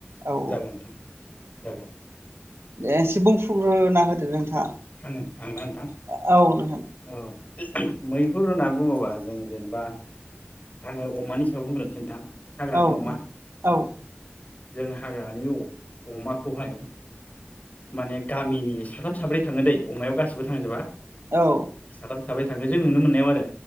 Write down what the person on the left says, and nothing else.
जागोन नोंथां जागोन।
आङो आंना नोंथां
औ मै हुर होनना बुङोबा जोंङो जेनेबा आङो अमानि सायाव बुंग्रोनसो नोंथां हाग्रानि
अमा
जों हाग्रानि अ अमा खौहाय माने गामिनि साथाम साब्रै थाङो दै अमायाव गासिबो थांजोबा।
साथाम साब्रै थाङो जों नुनो मोननायाव आरो